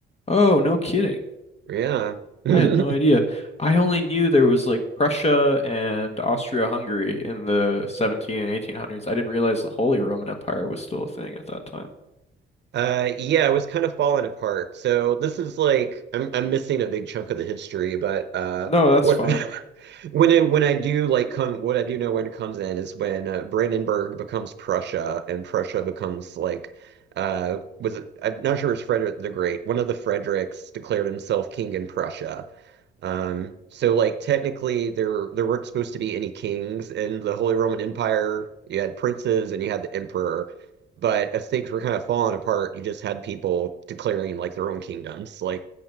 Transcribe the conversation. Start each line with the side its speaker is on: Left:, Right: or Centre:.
Left: Oh, no kidding.
Right: Yeah. <laughs>
Left: I had no idea. I only knew there was like Prussia and Austria-Hungary in the 17 and 1800s. I didn't realize the Holy Roman Empire was still a thing at that time.
Right: Uh yeah, it was kind of falling apart. So this is like I'm I'm missing a big chunk of the history, but uh
Left: No, that's
Right: what
Left: fine.
Right: <laughs> when I when I do like come what I do know when it comes in is when uh, Brandenburg becomes Prussia and Prussia becomes like uh was it I'm not sure it was Frederick the Great. One of the Fredericks declared himself king in Prussia. Um, so like technically there there weren't supposed to be any kings in the Holy Roman Empire. You had princes and you had the emperor. But as things were kind of falling apart, you just had people declaring like their own kingdoms. Like,